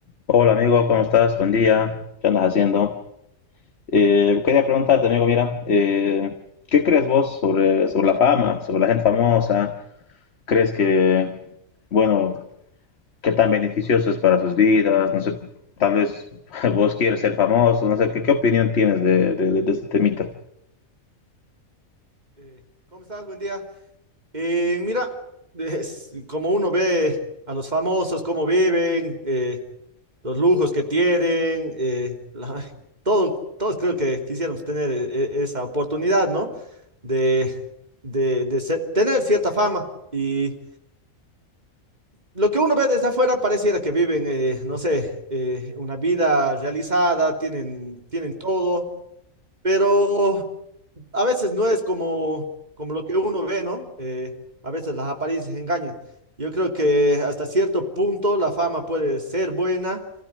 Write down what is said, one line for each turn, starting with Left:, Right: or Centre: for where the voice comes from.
Left: Hola amigo, ¿cómo estás? Buen día, ¿qué andas haciendo? Eh, quería preguntarte, amigo, mira, eh, ¿qué crees vos sobre, sobre la fama, sobre la gente famosa? ¿Crees que, bueno, qué tan beneficioso es para sus vidas? No sé, tal vez <laughs> vos quieres ser famoso, no sé, ¿qué, qué opinión tienes de, de- de- de este temita?
Right: Eh, ¿Cómo estás? Buen día. Eh, mira, es como uno ve a los famosos, cómo viven, eh, los lujos que tienen, eh, la- todo, todos creo que quisiéramos tener eh, eh, esa oportunidad, ¿no? De, de, de ser- tener cierta fama. Y lo que uno ve desde afuera pareciera que viven, eh, no sé, eh, una vida realizada, tienen, tienen todo, pero a veces no es como, como lo que uno ve, ¿no? Eh, a veces las apariencias engañan. Yo creo que hasta cierto punto la fama puede ser buena